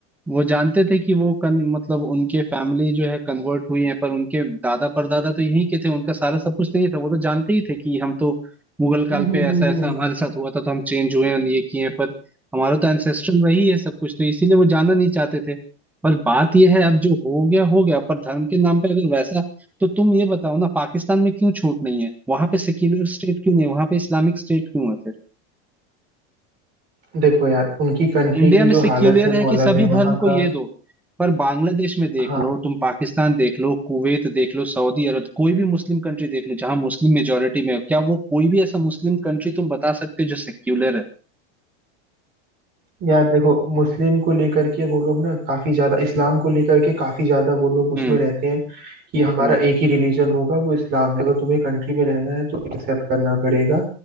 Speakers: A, in the centre; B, on the right (about 30°).
A: वो जानते थे कि वो कन मतलब उनके फैमिली जो है कन्वर्ट हुई है पर उनके दादा परदादा तो यहीं के थे उनका सारा सब कुछ नहीं था वो तो जानते ही थे कि हम तो मुगल काल
B: हम्म हम्म
A: पे ऐसा
B: हम्म हम्म।
A: ऐसा हमारे साथ हुआ था तो हम चेंज हुए हैं ये किए हैं पर हमारा तो एंसेस्ट्रल वही है सब कुछ तो इसीलिए वो जाना नहीं चाहते थे पर बात यह है अब जो हो गया हो गया पर धर्म के नाम पे अगर वैसा तो तुम ये बताओ ना पाकिस्तान में क्यों छूट नहीं है वहां पे सेक्युलर स्टेट क्यों नहीं है वहां पे इस्लामिक स्टेट क्यों है
B: देखो यार उनकी कंट्री
A: इंडिया
B: की
A: में
B: जो
A: सेक्युलर
B: हालत है
A: है
B: वो
A: कि
B: अलग
A: सभी
B: है वहाँ
A: धर्म को
B: का
A: ये दो पर बांग्लादेश में देख
B: हाँ
A: लो तुम पाकिस्तान देख लो कुवैत देख लो सऊदी अरब कोई भी मुस्लिम कंट्री देख लो जहां मुस्लिम मेजोरिटी में हो क्या वो कोई भी ऐसा मुस्लिम कंट्री तुम बता सकते हो जो सेक्युलर है
B: यार देखो मुस्लिम को लेकर के वो लोग ना काफी ज्यादा इस्लाम को लेकर के काफी ज्यादा वो लोग उसमें
A: हम्म
B: रहते हैं कि हमारा
A: हम्म
B: एक ही रिलीजन होगा वो इस्लाम है अगर तुम्हें कंट्री में रहना है तो एक्सेप्ट करना पड़ेगा